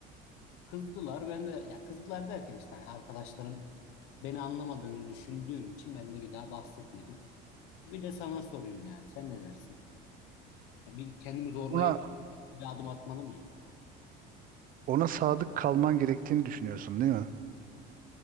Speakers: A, on the left; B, on the right.
A: Kızdılar. Ben de ya kızdılar derken işte yani arkadaşlarım beni anlamadığını düşündüğüm için ben de bir daha bahsetmedim. Bir de sana sorayım yani. Sen ne dersin? Bir kendimi zorlayıp
B: Ona
A: bir adım atmalı mıyım?
B: ona sadık kalman gerektiğini düşünüyorsun değil mi?